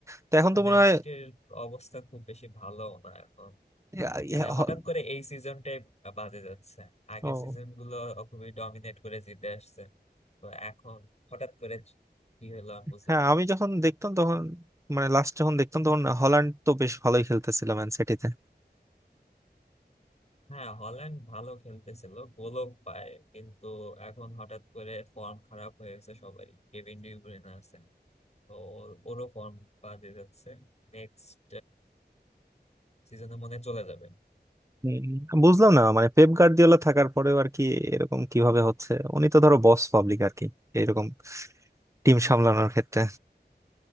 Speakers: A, on the right; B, on the left.
A: তো এখন তো
B: ম্যান
A: মনে হয়
B: সিটির অবস্থা খুব বেশি ভালো না এখন
A: ইয়া- ইয়া
B: মানে হঠাৎ
A: হ-
B: করে এই সিজনটাই বাজে যাচ্ছে আগের
A: ও
B: সিজন গুলো খুবই ডমিনেট করে জিতে আসছে তো এখন হঠাৎ করে কি হলো আমি বুঝলাম
A: হ্যাঁ
B: না
A: আমি যখন দেখতাম তখন মানে লাস্ট যখন দেখতাম তখন হল্যান্ড তো বেশ ভালোই খেলতেছিল ম্যান সিটিতে
B: হ্যাঁ হল্যান্ড ভালো খেলতেছিল গোলও পায় কিন্তু এখন হঠাৎ করে ফর্ম খারাপ হয়ে গেছে সবারই কেভিন ডি ব্রুইনে আছে তো ওর- ওরও ফর্ম বাজে যাচ্ছে নেক্সট সিজনে মনে হয় চলে যাবে
A: হুম, বুঝলাম না মানে পেপ গার্দিওলা থাকার পরেও আর কি এরকম কিভাবে হচ্ছে উনি তো ধরো বস পাবলিক আর কি এরকম টিম সামলানোর ক্ষেত্রে